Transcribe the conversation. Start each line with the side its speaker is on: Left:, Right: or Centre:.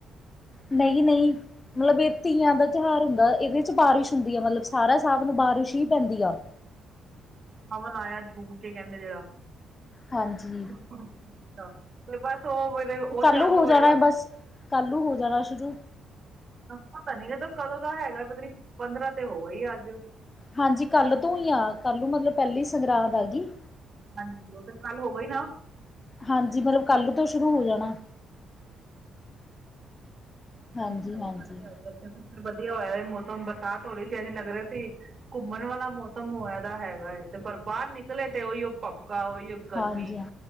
Left: ਨਹੀਂ-ਨਹੀਂ। ਮਤਲਬ ਇਹ ਤੀਆਂ ਦਾ ਤਿਉਹਾਰ ਹੁੰਦਾ, ਇਹਦੇ 'ਚ ਬਾਰਿਸ਼ ਹੁੰਦੀ ਆ ਮਤਲਬ ਸਾਰਾ ਸਾਵਨ ਬਾਰਿਸ਼ ਹੀ ਪੈਂਦੀ ਆ।
Right: ਹਵਨ ਆਇਆ ਝੂਮਕੇ ਕਹਿੰਦੇ ਜਿਹੜਾ।
Left: ਹਾਂਜੀ।
Right: ਅੱਛਾ, ਬਸ ਉਹ ਫੇਰ ਉਹ
Left: ਕੱਲ
Right: ਚਾਲੂ
Left: ਨੂੰ ਹੋ
Right: ਹੋਏਗਾ
Left: ਜਾਣਾ ਏ ਬਸ, ਕੱਲ ਨੂੰ ਹੋ ਜਾਣਾ ਸ਼ੁਰੂ।
Right: ਪਤਾ ਨੀ ਕਦਾ ਕਦੋਂ ਦਾ ਹੈਗਾ, ਪਤਾ ਨੀ ਪੰਦਰਾਂ ਤੇ ਹੋ ਗਈ ਅੱਜ।
Left: ਹਾਂਜੀ, ਕੱਲ ਤੋਂ ਈ ਆ, ਕੱਲ ਨੂੰ ਮਤਲਬ ਪਹਿਲੀ ਸੰਗਰਾਦ ਆਗੀ।
Right: ਹਾਂਜੀ, ਉਹ ਤੇ ਕੱਲ ਹੋ ਗਈ ਨਾ?
Left: ਹਾਂਜੀ, ਮਤਲਬ ਕੱਲ ਤੋਂ ਸ਼ੁਰੂ ਹੋ ਜਾਣਾ। ਹਾਂਜੀ-ਹਾਂਜੀ,
Right: ਹਾਏ, ਹਾਏ, ਹਾਏ, ਹਾਏ ਇੱਥੇ ਮੌਸਮ ਵਧੀਆ ਹੋਇਆ ਇੱਥੇ ਸ ਵਧੀਆ ਹੋਇਆ ਮੌਸਮ ਬਰਸਾਤ ਹੋ ਰਹੀ ਸੀ, ਇੰਝ ਲੱਗ ਰਿਹਾ ਸੀ। ਘੁੰਮਣ ਵਾਲਾ ਮੌਸਮ ਹੋਇਆ ਤਾਂ ਹੈਗਾ ਏ, ਤੇ ਪਰ ਬਾਹਰ ਨਿਕਲੇ ਤੇ ਉਹੀ ਓ ਪੱਕਾ ਓਹੀ ਗਰਮੀ
Left: ਹਾਂਜੀ ਹਾਂ।